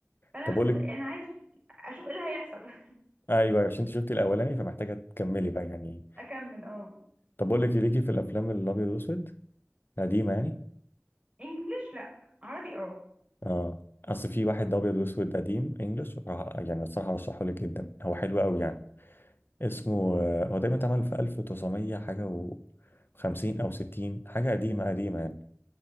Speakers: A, on the right (about 20°); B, on the left (about 50°).
A: فانا
B: طب
A: بس
B: أقول
A: مت...
B: لك
A: انا عايزه أش- اشوف ايه اللي هيحصل
B: ايوه عشان انت شفتي الأولاني فمحتاجة تكملي بقى يعني
A: <laughs> اكمل اه
B: طب بقول لك إيه، ليكي في الافلام الابيض واسود قديمه يعني
A: انجلش لا عربي اه
B: اه اصل في واحد ابيض واسود قديم انجلش يعني الصراحه ارشحه لك جدا هو حلو قوي يعني اسمه آه، هو تقريبا اتعمل في 1900 حاجه و50 او 60 حاجه قديمه قديمه يعني